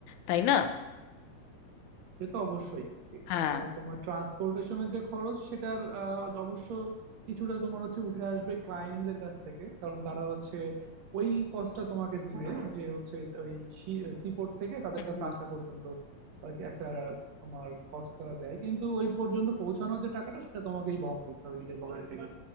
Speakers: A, on the left; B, on the right.
A: তাই না
B: সে তো অবশ্যই
A: হ্যাঁ
B: আহ, তোমার ট্রান্সপোর্টেশনের যে খরচ সেটার আহ, অবশ্য কিছুটা তোমার হচ্ছে উঠে আসবে ক্লায়েন্টদের কাছ থেকে কারণ তারা হচ্ছে ওই কস্টটা তোমাকে দিবে যে হচ্ছে ওই সিপোর্ট থেকে তাদের
A: হুম
B: কাছে
A: হুম
B: আসা পর্যন্ত আর কি একটা তোমার কস্ট তারা দেয় কিন্তু ওই পর্যন্ত পৌঁছানোর যে টাকাটা সেটা তোমাকেই বহন করতে হবে নিজের পকেট থেকে